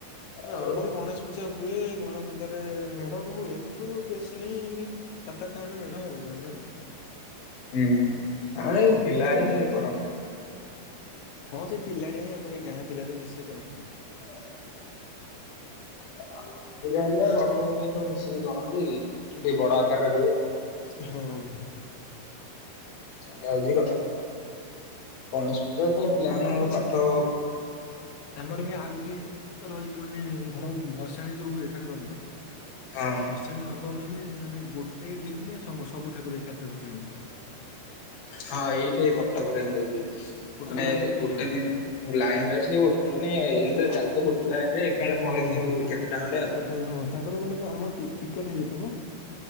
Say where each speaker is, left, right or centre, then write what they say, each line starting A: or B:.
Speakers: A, on the left; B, on the left.
A: ଆଉ
B: ଆମର ଗଣେଶ ପୂଜା ହୁଏ, ଗଣେଶ ପୂଜାରେ ମେଢ ବି ହୁଏ କିନ୍ତୁ ବେଶୀ ନାହିଁ ଏନ୍ତି ସାତ ଆଠଟା ଖଣ୍ଡେ ମେଢ ଆଉ ଗାଁରେ ଆଉ।
A: ହୁଁ, ଆ ଏଇ
B: ଲକ୍ଷ୍ମୀ
A: ପିଲା
B: ପୂଜା
A: ହିଁ
B: ଟା ଟିକେ
A: କରନ୍ତି।
B: ହଁ ସେଇ ପିଲାଳିଆ ହିଁ ଆମର ଏଇ ଗାଁ ପିଲା ସବୁ ମିଶିକି କରନ୍ତି।
A: ହଁ। ଆଉ ଲକ୍ଷ୍ମୀ ପୂଜା ହେଲେ ବଡ ଲୋକ ହେରିକା ସବୁ ମିଶିକି କରନ୍ତି, ଟିକେ ବଡ ଆକାରରେ ହୁଏ ଆଉ।
B: ହଁ।
A: ସେଇଟା ହଉଚି କଥାଟା। ଗଣେଶ ପୂଜା ତ ପିଲାମାନଙ୍କ
B: ଆମର
A: ପାଠ
B: ଆମର ବି ଆଉ ଗୋଟିଏ ରହିଚି ମାନେ ଧର ଭସାଣୀ ଯୋଉ ହୁଏ ଠାକୁରଙ୍କର
A: ହଁ
B: ଭସାଣୀ ହବ ହବ ମାନେ, ମାନେ ଗୋଟେ ଦିନେ ସମ ସବୁ ଠାକୁର ଏକାଥରେ ଭସାଣି।
A: ହଁ ଏଇଠି ଏଇ କଟକରେ ଏମିତି ହୁଏ।
B: ଟୋଟାଲ
A: ମାନେ
B: ଲାଇନ ବାଇ
A: ଗୋଟେ
B: ଲାଇନ।
A: ଦିନ ଲାଇନ ବାଇ ସେଇ ମାନେ ଏମତିରେ ଚାଲିଥିବ ଗୋଟେ ଲାଇନରେ ଏକାବେଳେ
B: ହୁଁ
A: ପଳେଇଥିବ
B: ହୁଁ ହୁଁ
A: କେତେଟା ଖଣ୍ଡେ ଆଉ।
B: ଟୋଟାଲ ହଁ ତାଙ୍କର ମାନେ ଆମ କଣ ଟି-ଟିକେଟ ହେଇଯାଇଥିବ।